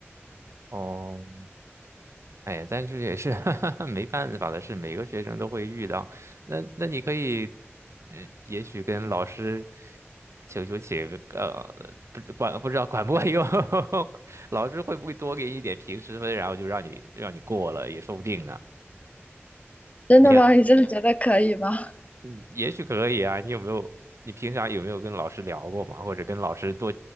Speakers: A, on the right; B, on the left.
A: 哦。哎呀，但是也是 <laughs> 没办法的事，每个学生都会遇到。那那你可以，嗯，也许跟老师求求请个呃，不知管不知道管不管用，<laughs> 老师会不会多给你一点平时分，然后就让你让你过了，也说不定呢。
B: 真的吗？
A: 你也，
B: 你真的觉得可以吗？
A: 嗯，也许可以啊。你有没有？你平常有没有跟老师聊过嘛？或者跟老师多